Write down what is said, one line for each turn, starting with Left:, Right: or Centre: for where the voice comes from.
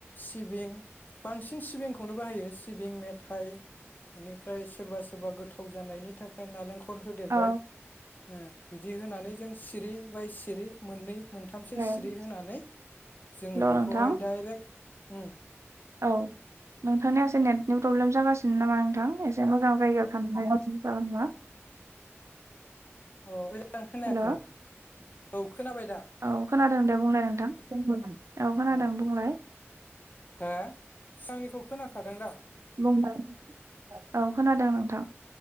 Left: सिबिं बांसिन सिबिंखौनो बाहायो सिबिं मेथाइ बेनिफ्राय सोरबा सोरबा गोथाव जानायनि थाखाय नालेंखर होदेरबाय
Right: औ
Left: ओम बिदि होनानै जों सिरि बाय सिरि मोननै मोनथामसो
Right: हेल'
Left: सिरि होनानै जोङो
Right: नोंथां
Left: बेखौहाय डाइरेक्ट ओम
Right: औ नोंथांनि एसे नेटनि प्रब्लेम जागासिनो नामा नोंथां ए से मोजां जायगायाव थां <inaudible>
Left: ओ मोजां खोनायाखै
Right: हेल'
Left: नामा औ खोनाबाय दा
Right: औ खोनादों दे बुंलाय नोंथां बुं औ खोनादों
Left: अ
Right: बुंलाय
Left: हो सिगांनिखौ खोनाखादों दा
Right: बुंदों औ खोनादों नोंथां